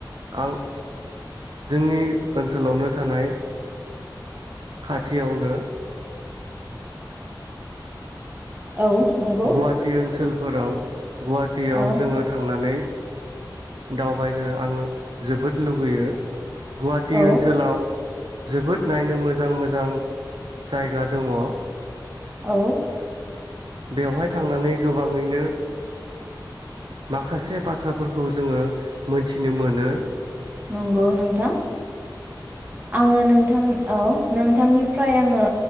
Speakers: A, on the right; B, on the right.
A: आं जोंनि ओनसोलावनो थानाय खाथियावनो
B: औ नंगौ
A: गुवाहाटि ओनसोल फोराव गुवाहाटियाव
B: औ
A: जोङो थांनानै दावबायनो आङो जोबोद लुगैयो। गुवाहाटि
B: औ
A: ओनसोलाव जोबोद नायनो मोजां मोजां जायगा दङ'।
B: औ
A: बेवहाय थांनानै गोबाङैनो माखासे बाथ्राफोरखौ जोङो मोनथिनो मोनो।
B: नंगौ नोंथां आङो नोंथां औ नोंथांनिफ्राय आङो